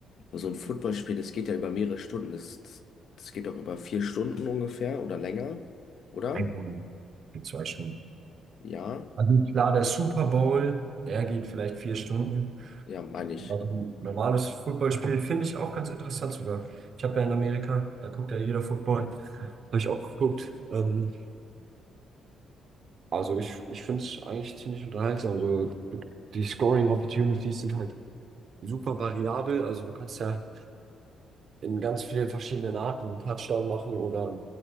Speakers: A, on the left; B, on the right.
A: So ein Footballspiel, das geht ja über mehrere Stunden, das, das das geht auch über vier Stunden ungefähr oder länger, oder?
B: Ein Bonus. Die zwei Stunden.
A: Ja,
B: Also klar, der Super Bowl, der geht vielleicht vier Stunden.
A: ja, meine ich.
B: Also ein normales Footballspiel finde ich auch ganz interessant sogar. Ich habe ja in Amerika, da guckt ja jeder Football. Habe ich auch geguckt. Ähm, also ich, ich finde es eigentlich ziemlich unterhaltsam. So, du- die Scoring Opportunities sind halt super variabel. Also du kannst ja in ganz vielen verschiedenen Arten einen Touchdown machen oder